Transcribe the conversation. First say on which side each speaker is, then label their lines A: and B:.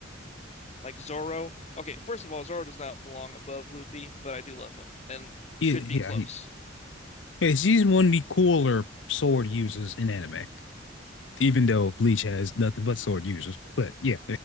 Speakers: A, on the left (about 35°); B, on the left (about 85°).
A: Like Zoro. Okay, first of all, Zoro does not belong above Luffy, but I do love him and
B: Yeah.
A: should
B: Yeah.
A: be close.
B: he- yeah, She's one of the cooler sword users in anime, even though Bleach has nothing but sword users. But yeah.